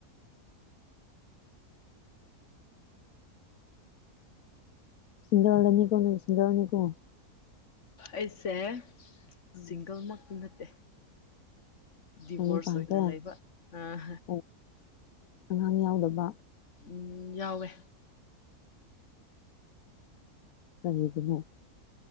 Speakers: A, on the left (about 70°); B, on the left (about 50°).
A: ꯁꯤꯡꯒꯥꯜ ꯔꯥꯅꯤꯀꯣ ꯅꯪ ꯁꯤꯡꯒꯜꯅꯤꯀꯣ
B: ꯑꯩꯁꯦ
A: ꯎꯝ
B: ꯁꯤꯡꯒꯜꯃꯛꯇꯤ ꯅꯠꯇꯦ ꯗꯤꯚꯣꯔꯁ
A: ꯃꯌꯨꯝ ꯄꯥꯟꯈ꯭ꯔꯦ
B: ꯑꯣꯏꯅ ꯂꯩꯕ ꯑꯥ
A: ꯑꯣ ꯑꯉꯥꯡ ꯌꯥꯎꯗꯥꯕ
B: ꯎꯝ ꯌꯥꯎꯋꯦ
A: ꯀꯔꯤꯒꯤꯅꯣ